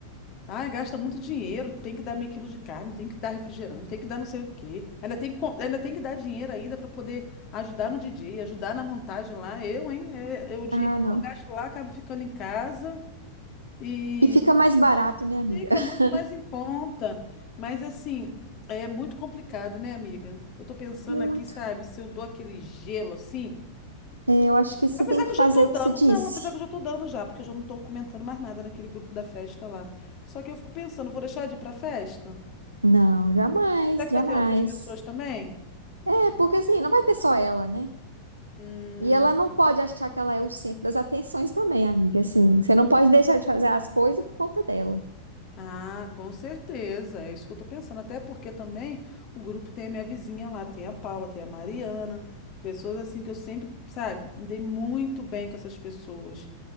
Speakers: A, on the left; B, on the right.
A: Ah, gasta muito dinheiro, tem que dar meio quilo de carne, tem que dar refrigerante, tem que dar não sei o quê. Ainda tem que, co- ainda tem que dar dinheiro ainda para poder ajudar no DJ, ajudar na montagem lá. Eu, hein? É- é o dinheiro
B: Ah,
A: que
B: não.
A: eu gasto lá, acabo ficando em casa e
B: E fica mais barato, né, amiga?
A: fica
B: <laughs>
A: muito mais em conta. Mas assim, é muito complicado, né, amiga? Eu tô pensando
B: Muito.
A: aqui, sabe, se eu dou aquele gelo assim.
B: É, eu acho que você
A: Apesar
B: tem que
A: que eu
B: fazer
A: já tô
B: o
A: dando.
B: que você disse.
A: Não, apesar que eu já tô dando já, porque eu já não tô comentando mais nada naquele grupo da festa lá. Só que eu fico pensando, vou deixar de ir pra festa?
B: Não, jamais,
A: Será que
B: jamais.
A: vai ter outras pessoas também?
B: É, porque assim, não vai ter só ela, né?
A: Hum,
B: E ela não pode achar que ela é o centro das atenções também, amiga. Assim, você não pode deixar de fazer as coisas por conta dela.
A: ah, com certeza. É isso que eu tô pensando. Até porque também o grupo tem a minha vizinha lá, tem a Paula, tem a Mariana, pessoas assim que eu sempre, sabe, me dei muito bem com essas pessoas.